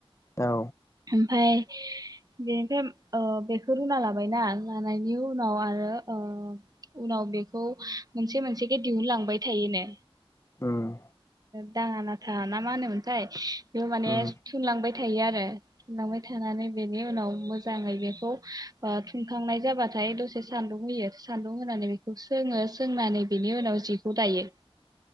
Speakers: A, on the left; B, on the right.
A: औ
B: ओमफाय बेनिफ्राय ओ बेखौ रुना लाबायना लानायनि उनाव आरो ओ उनाव बेखौ मोनसे मोनसेखे दिहुनलांबाय थायोनो
A: उम
B: दाङा नाथा ना मा होनोमोनथाय बे माने
A: उम
B: सुनलांबाय बाय थायो आरो थुनलांबाय थानानै बेनि उनाव मोजाङै बेखौ ओ थुनखांनाय जाबाथाय दसे सान्दुं होयो। सान्दुं होनानै बेखौ सोङो। सोंनानै बेनि उनाव जिखौ दायो।